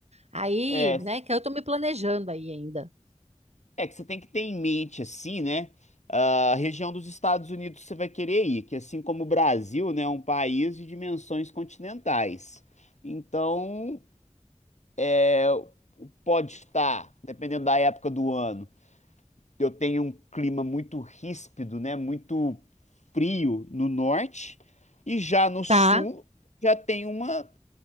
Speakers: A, on the right (about 70°); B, on the left (about 85°).
A: Aí,
B: É.
A: né, que eu tô me planejando aí ainda.
B: É que você tem que ter em mente, assim, né? A região dos Estados Unidos que você vai querer ir, que assim como o Brasil, né, é um país de dimensões continentais. Então, é, pode estar, dependendo da época do ano, eu tenho um clima muito ríspido, né? Muito frio no norte, e já no sul
A: Tá,
B: já tem uma